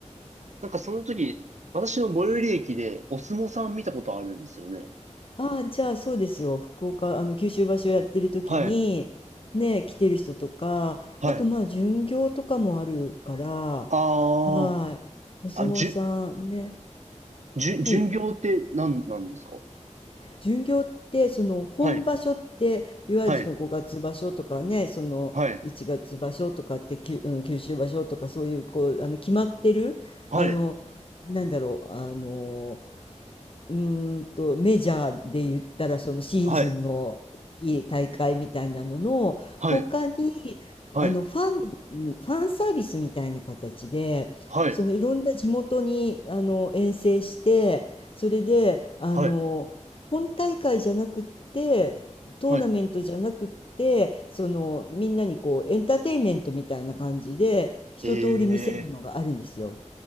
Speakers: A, on the right (about 70°); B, on the left (about 45°).
A: なんかその時、私の最寄り駅でお相撲さん見たことあるんですよね。
B: ああ、じゃあそうですよ。福岡、あの、九州場所やってる時に、
A: はい。
B: ね、来てる人とか、
A: はい。
B: あとまあ、巡業とかもあるから、
A: あ
B: はい。お相撲さんね。
A: あ、あ、じゅ、じゅ、巡業って何なんですか
B: はい。巡業ってその本場所っていわゆるその5月場所とかねその1月場所とかってきゅあの九州場所とかそういうこうあの決まってるあのなんだろうあの
A: はい。はい。はい、はい、
B: うーんと、メジャーで言ったら、そのシーズンのいい大会みたいなのの、
A: はい、はい、
B: 他に、
A: はい、
B: あの、ファン、ファンサービスみたいな形で、
A: はい、
B: そのいろんな地元に、あの、遠征して、それで、あの、
A: はい、
B: 本大会じゃなくって、トーナメントじゃなくって、
A: はい。
B: その、みんなにこう、エンターテインメントみたいな感じで、一通り見せるのがあるんですよ。
A: ええ